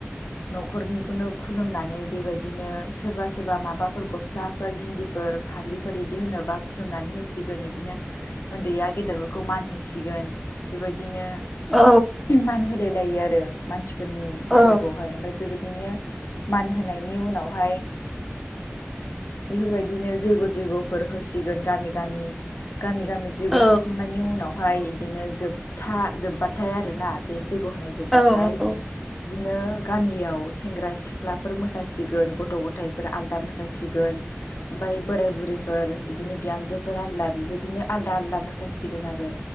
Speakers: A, on the left; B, in the centre.
A: न'खरनिखौनो खुलुमनानै बेबायदिनो सोरबा सोरबा माबाफोर गस्लाफोर गिन्दिफोर फालिफोर इदि होनोबा खुलुमनानै होसिगोन इदिनो ओन्दैया गेदेरफोरखौ मान होसिगोन बेबायदिनो
B: औ
A: मान होलाय लायो आरो मानसिफोरनि बैसागु
B: औ
A: ओमफाय बेबायदिनो मान होनायनि उनावहाय बेफोरबायदिनो जैग' जयग'फोर होसिगोन गामि गामि गामि गामि जैग
B: औ
A: सावखांनायनि उनावहाय इदिनो जोबथा जोब्बाथाय आरो ना बे जैग होनाय जोबथाय
B: औ
A: इदिनो गामियाव सेंग्रा सिख्लाफोर मोसासिगोन गथ' गथायफोर आलदा मोसासिगोन। ओमफ्राय बोराय बुरैफोर बिदिनो बिहामजोफोर आलदा बेबायदिनो आलदा आलदा मोसासिगोन आरो।